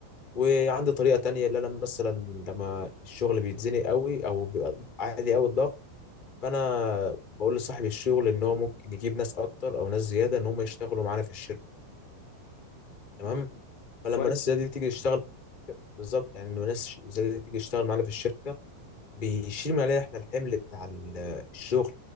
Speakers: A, on the left; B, on the left.
A: وعندي طريقه تانية اللي انا مثلا لما الشغل بيتزنق قوي او بيبقى عالي قوي الضغط فانا بقول لصاحب الشغل ان هو ممكن يجيب ناس اكتر او ناس زياده ان هم يشتغلوا معانا في الشركه تمام
B: مم.
A: فلما
B: كويس
A: الناس
B: والله.
A: دي تيجي تشتغل بالظبط يعني انه ناس زي دي تيجي تشتغل معانا في الشركه بيشيل من علينا احنا الحمل بتاع ال- الشغل